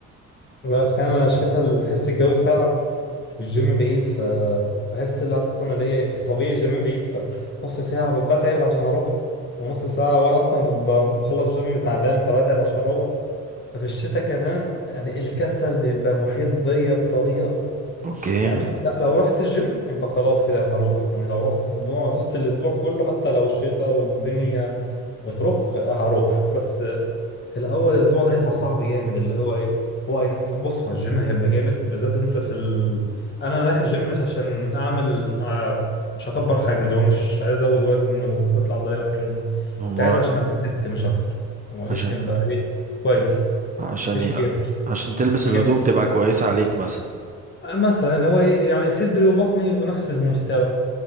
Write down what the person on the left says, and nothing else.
لا الحقيقة أنا الشتا بحس الجو ساقع والجيم بعيد فبحس اللي أصلا اللي هي في الطبيعي الجيم بعيد فنص ساعة بتعب عشان أروح ونص ساعة وأنا أصلا ببقى بخلص جيم تعبان فبتعب عشان أروح ففي الشتا كمان يعني الكسل بيبقى محيط بيا بطريقة
يعني بص لا لو رحت الجيم يبقى خلاص كده هروح يعني لو رحت أسبوع دوست الأسبوع كله حتى لو الشتا والدنيا بترخ هروح بس الاول الاسبوع ده هيبقى صعب جامد اللي هو ايه هو أي- بص هو الجيم هيبقى جامد بالذات انت في ال... انا رايح الجيم مش عشان اعمل آه، مش هكبر حجم اللي هو مش عايز ازود وزن وكتله عضليه والحاجات دي
انت عايز عشان ابلت مش اكتر هو
جسمي يبقى ايه كويس
مفيش
كيرش
حاجات
تانية.
آه، مثلا اللي هو ايه يعني صدري وبطني بنفس المستوى